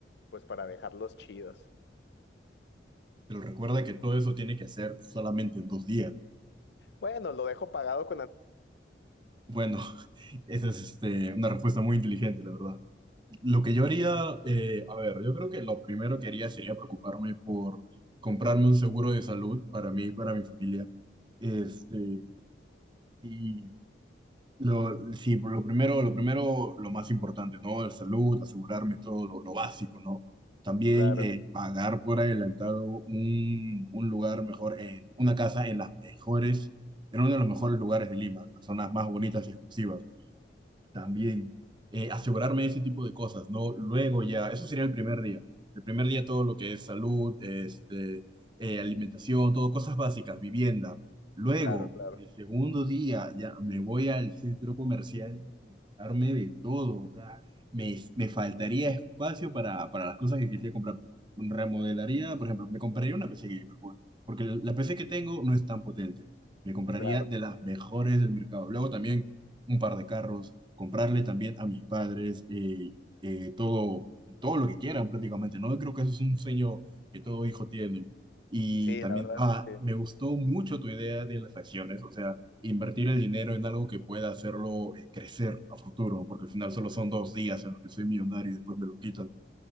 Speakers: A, on the left; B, on the right.
A: pues para dejarlos chidos.
B: Pero recuerda que todo eso tiene que hacer solamente en dos días.
A: Bueno, lo dejo pagado
B: Bueno, <laughs> esa es este, una respuesta muy inteligente, la verdad. Lo que yo haría, eh, a ver, yo creo que lo primero que haría sería preocuparme por comprarme un seguro de salud para mí y para mi familia. Este, y Lo, sí, por lo primero, lo primero, lo más importante, ¿no? La salud, asegurarme todo lo, lo básico, ¿no? También
A: <laughs>
B: eh, pagar por adelantado un, un lugar mejor, en, una casa en las mejores, en uno de los mejores lugares de Lima, las zonas más bonitas y exclusivas también eh, asegurarme ese tipo de cosas, ¿no? Luego ya, eso sería el primer día. El primer día todo lo que es salud, este, eh, alimentación, todo, cosas básicas, vivienda. Luego,
A: Claro, claro,
B: el segundo día ya me voy al centro comercial y a comprarme de todo, o sea, me, me faltaría espacio para, para las cosas que quisiera comprar. Remodelaría, por ejemplo, me compraría una PC gamer, güey, porque la PC que tengo no es tan potente. Me compraría
A: claro.
B: de las mejores del mercado. Luego también un par de carros, comprarle también a mis padres eh, eh, todo, todo lo que quieran prácticamente, ¿no? Creo que eso es un sueño que todo hijo tiene. Y
A: Sí,
B: también,
A: la verdad
B: ah,
A: es que
B: me
A: sí.
B: gustó mucho tu idea de las acciones, o sea, invertir el dinero en algo que pueda hacerlo eh, crecer a futuro, porque al final solo son dos días en los que soy millonario y después me lo quitan.